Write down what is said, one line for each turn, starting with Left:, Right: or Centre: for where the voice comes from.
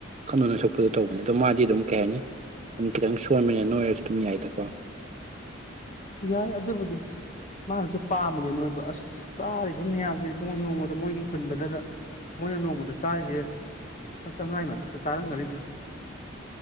Right: ꯈꯪꯅ ꯁꯣꯛꯄꯗꯣ ꯇꯧꯕꯅꯦ ꯑꯗꯣ ꯃꯥꯗꯤ ꯑꯗꯨꯝ ꯀꯩ ꯍꯥꯏꯅꯤ ꯑꯗꯨꯝ ꯈꯤꯇꯪ ꯁꯣꯟꯕꯟꯅ ꯅꯣꯏꯔꯁꯨ ꯑꯗꯨꯝ ꯌꯥꯏꯗꯀꯣ
Left: ꯌꯥꯏ ꯑꯗꯨꯕꯨꯗꯤ ꯃꯥꯅꯁꯨ ꯄꯥꯝꯃꯤꯅꯦ ꯅꯣꯏꯕ ꯑꯁ ꯇꯥꯔꯤꯕ ꯃꯌꯥꯝꯁꯤ ꯄ ꯅꯣꯡꯣꯡꯃꯗ ꯃꯣꯏꯒꯤ ꯍꯨꯟꯕꯗꯗ ꯃꯣꯏꯅ ꯅꯣꯡꯃꯗ ꯆꯥꯔꯤꯁꯦ ꯂꯨꯄꯥ ꯆꯥꯉꯥ ꯃꯊꯛꯇ ꯆꯥꯔꯝꯒꯅꯤꯗ